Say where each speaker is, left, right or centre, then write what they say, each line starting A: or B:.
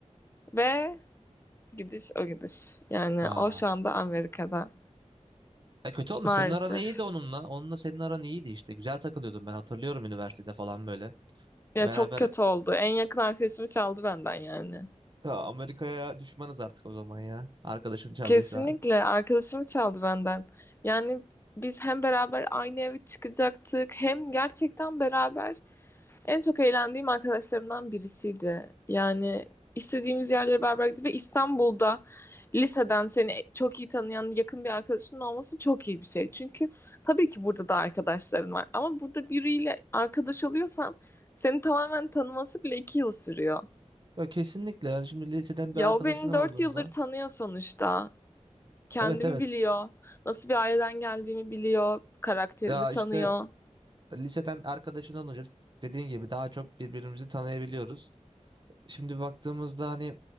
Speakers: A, on the left; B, on the right.
A: Ve gidiş o gidiş. Yani
B: Aa.
A: o şu anda Amerika'da.
B: E kötü olmuş.
A: Maalesef.
B: Senin aran iyiydi onunla. Onunla senin aran iyiydi işte. Güzel takılıyordun ben hatırlıyorum üniversitede falan böyle. Beraber
A: Ya çok kötü oldu. En yakın arkadaşımı çaldı benden yani.
B: Ya Amerika'ya düşmanız artık o zaman ya. Arkadaşın çaldıysa.
A: Kesinlikle arkadaşımı çaldı benden. Yani biz hem beraber aynı eve çıkacaktık hem gerçekten beraber en çok eğlendiğim arkadaşlarımdan birisiydi. Yani istediğimiz yerlere beraber gittik ve İstanbul'da liseden seni çok iyi tanıyan yakın bir arkadaşının olması çok iyi bir şey. Çünkü tabii ki burada da arkadaşların var ama burada biriyle arkadaş oluyorsan seni tamamen tanıması bile iki yıl sürüyor.
B: Ya kesinlikle yani şimdi liseden
A: Ya
B: bir arkadaşın
A: o beni
B: olduğunda.
A: dört yıldır tanıyor sonuçta. Kendimi
B: Evet evet.
A: biliyor. Nasıl bir aileden geldiğimi biliyor. Karakterimi
B: Ya
A: tanıyor.
B: işte liseden arkadaşından olunca dediğin gibi daha çok birbirimizi tanıyabiliyoruz. Şimdi baktığımızda hani